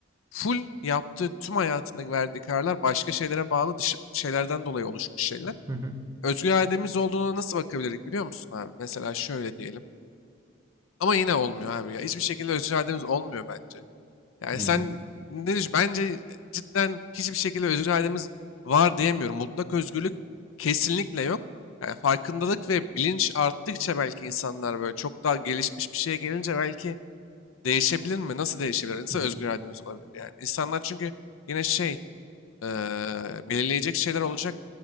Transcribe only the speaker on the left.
full yaptığı tüm hayatındaki verdiği kararlar başka şeylere bağlı dış- şeylerden dolayı oluşmuş şeyler
özgür irademiz olduğuna nasıl bakabilirdik biliyor musun abi? Mesela şöyle diyelim. Ama yine olmuyor abi ya. Hiçbir şekilde özgür irademiz olmuyor bence. Yani
sen ne düşün? Bence cidden hiçbir şekilde özgür irademiz var diyemiyorum. Mutlak özgürlük kesinlikle yok. Yani farkındalık ve bilinç arttıkça belki insanlar böyle çok daha gelişmiş bir şeye gelince belki değişebilir mi? Nasıl değişebilir? Nasıl
özgür irademiz olabilir yani? İnsanlar çünkü yine şey eee, belirleyecek şeyler olacak.